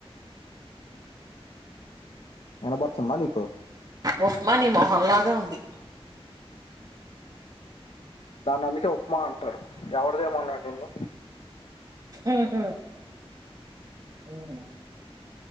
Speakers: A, on the left; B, on the right.
A: ఇనపడుతుందా నీకు
B: ఉప్మా నీ మొహన్లాగే ఉంది.
A: దాన్నీ అందుకే ఉప్మా అంటారు ఎవరిని ఏమన్నట్టు ఉంది.
B: ఊహు హుహు